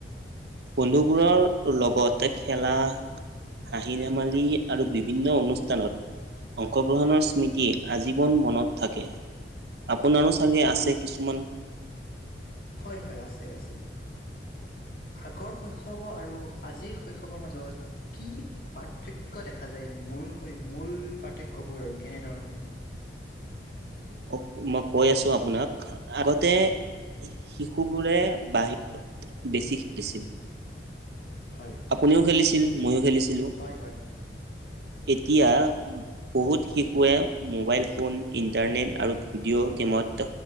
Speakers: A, on the right; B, on the left.
A: বন্ধুবোৰৰ লগতে খেলা হাঁহি ধেমালি আৰু বিভিন্ন অনুষ্ঠানত অংশগ্ৰহণৰ স্মৃতিয়ে আজীৱন মনত থাকে। আপোনাৰো চাগে আছে কিছুমান
B: হয় হয় আছে আছে। আগৰ শৈশৱ আৰু আজিৰ শৈশৱৰ মাজত কি পাৰ্থক্য দেখা যায় মূলকৈ মূল পাৰ্থক্যবোৰ আৰু কেনেধৰণৰ?
A: হ মই কৈ আছো আপোনাক, আগতে শিশুবোৰে বাহি বেছি খেলিছিল।
B: হয়।
A: আপুনিও খেলিছিল ময়ো খেলিছিলোঁ,
B: হয় হয়
A: এতিয়া বহুত শিশুৱে মোবাইল ফোন, ইণ্টাৰনেট আৰু ভিডিঅ' গেমত